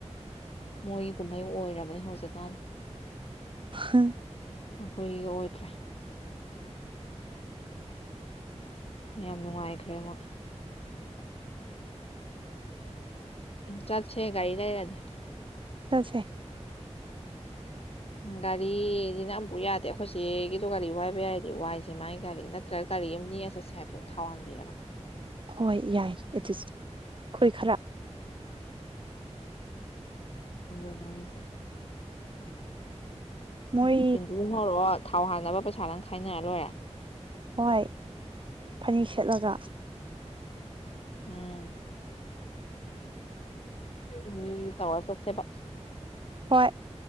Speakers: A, on the left; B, on the right.
A: ꯃꯣꯏꯒꯤ ꯀꯨꯝꯍꯩ ꯑꯣꯏꯔꯕꯅꯤ ꯍꯧꯖꯤꯛꯀꯥꯟ
B: ꯍꯥ
A: ꯑꯩꯈꯣꯏꯒꯤꯒ ꯑꯣꯏꯗ꯭ꯔꯦ ꯌꯥꯝ ꯅꯨꯡꯉꯥꯏꯈ꯭ꯔꯦ ꯃꯣꯏ ꯆꯠꯁꯦ ꯒꯥꯔꯤ ꯂꯩꯔꯗꯤ
B: ꯆꯠꯁꯦ
A: ꯒꯥꯔꯤꯁꯤꯅ ꯑꯝꯃꯐꯧ ꯌꯥꯗꯦ ꯑꯩꯈꯣꯏꯆꯦꯒꯤꯗꯣ ꯒꯥꯔꯤ ꯋꯥꯏꯕ ꯌꯥꯏꯔꯗꯤ ꯋꯥꯏꯁꯦ ꯃꯥꯥꯏ ꯒꯥꯔꯤ ꯅꯠ ꯅꯠꯇ꯭ꯔꯒ ꯒꯥꯔꯤ ꯑꯃ ꯅꯦꯛꯑꯒ ꯆꯠꯁꯦ ꯍꯥꯏꯕꯔꯣ ꯊꯥꯎ ꯍꯥꯟꯕꯤꯔꯒ
B: ꯍꯣꯏ ꯌꯥꯏ ꯑꯗꯨꯁꯨ ꯑꯩꯈꯣꯏ ꯈꯔ
A: ꯑꯗꯨꯅꯦ ꯍꯥꯏꯖꯦ
B: ꯃꯣꯏ
A: ꯄꯤꯟꯗꯨꯃ ꯍꯧꯔꯛꯑꯣ ꯊꯥꯎ ꯍꯥꯟꯅꯕ ꯄꯩꯁꯥ ꯅꯪ ꯈꯥꯏꯅꯔ ꯂꯣꯏꯔꯦ
B: ꯍꯣꯏ ꯐꯅꯦꯛ ꯁꯦꯠꯂꯒ
A: ꯎꯝ ꯎꯝ ꯇꯧꯔ ꯆꯠꯁꯦꯕ
B: ꯍꯣꯏ